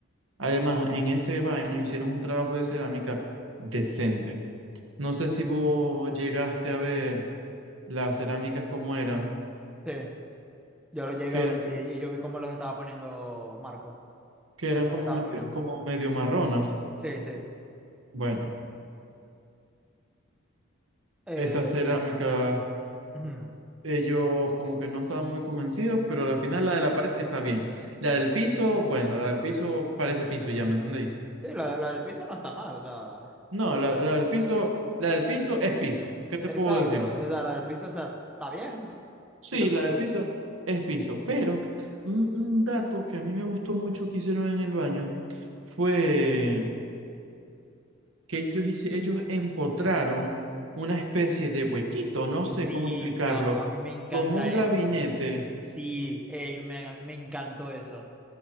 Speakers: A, on the right; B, in the centre.
A: Además, en ese baño hicieron un trabajo de cerámica decente. No sé si vos llegaste a ver las cerámicas como eran,
B: Sí. Yo lo llegué
A: que
B: a ver
A: eran,
B: y, y yo vi cómo los estaba poniendo Marco.
A: que
B: Cuando
A: eran
B: los
A: como
B: estaba
A: medio,
B: poniendo.
A: como medio marronas.
B: Sí, sí.
A: Bueno,
B: Eh,
A: esa cerámica,
B: ujú.
A: ellos como que no estaban muy convencidos, pero al final la de la pared está bien. La del piso, bueno, la del piso parece piso ya, ¿me entendéis?
B: sí, la, la del piso no está mal, o sea.
A: No, la,
B: eh,
A: la del piso, la del piso es piso. ¿Qué te
B: Exacto.
A: puedo decir?
B: O sea, la del piso, o sea, está bien. <laughs>
A: Sí,
B: ¿Qué te puedo
A: la del
B: decir?
A: piso es piso. Pero un, un dato que a mí me gustó mucho que hicieron en el baño fue que ellos, hice- ellos empotraron una especie de huequito, no sé
B: Sí,
A: cómo explicarlo,
B: chao, a mí me encanta
A: como un
B: eso.
A: gabinete.
B: Sí, ey, man, a mí me encantó eso.